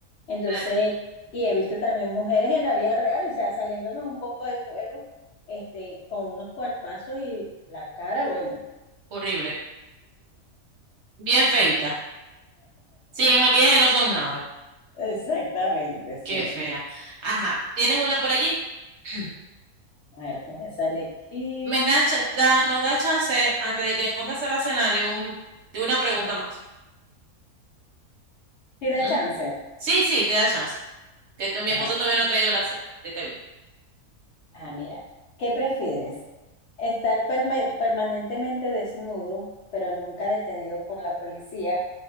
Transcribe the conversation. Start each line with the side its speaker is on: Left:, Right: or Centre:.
Left: Entonces,
Right: ah,
Left: y he visto también mujeres en la vida real, o sea, saliéndonos un poco del juego, este, con unos cuerpazos y la cara, bueno.
Right: Horrible. Bien feita. Sí, en maquillaje no son nada.
Left: Exactamente, sí.
Right: Qué fea. Ajá, ¿tienes una por allí? <clears throat>
Left: A ver, ¿qué me sale aquí?
Right: Me da, cha- da- nos da chance, antes de que le pongas a la cena, de un, de una pregunta más.
Left: si da
Right: ¿Mm?
Left: chance.
Right: Sí, sí, te da chance. Que t- mi
Left: Ajá.
Right: esposo todavía no ha traído la cena. Ahorita viene.
Left: Ah, mira. ¿Qué prefieres? ¿Estar perme- permanentemente desnudo, pero nunca detenido por la policía?